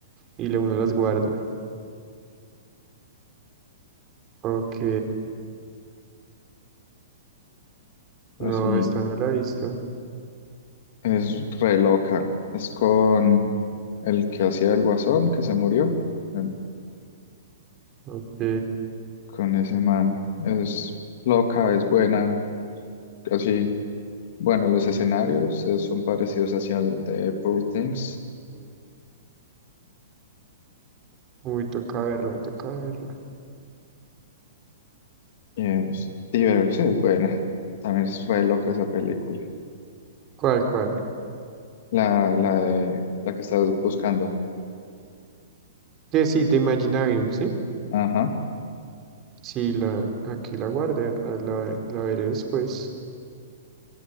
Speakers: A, on the right; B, on the left.
A: y le- uno las guarda. Ok.
B: Así,
A: No, esta no la he visto.
B: es re loca. Es con el que hacía el guasón, que se murió. Bueno,
A: Ok.
B: Con ese man. Es loca, es buena, así. Bueno, los escenarios eh, son parecidos hacia el de Poor Things.
A: Uy, toca verla, toca verla.
B: Y es divertido, es buena. También es re loca esa película.
A: ¿Cuál, cuál?
B: La, la, de- la que estás buscando.
A: Que sí, de Imaginarium, ¿sí?
B: Ajá.
A: Sí, la, aquí la guardé. ah, La, la veré después.